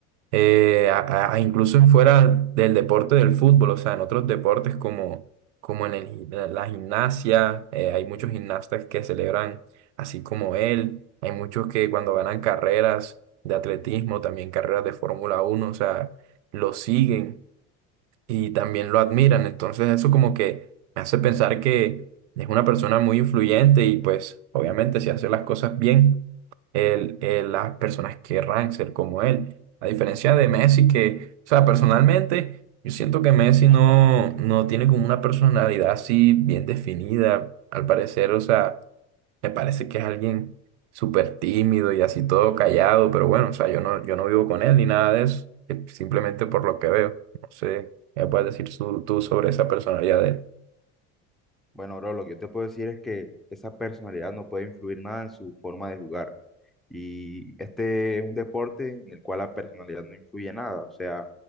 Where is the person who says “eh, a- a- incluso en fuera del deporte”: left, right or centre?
Right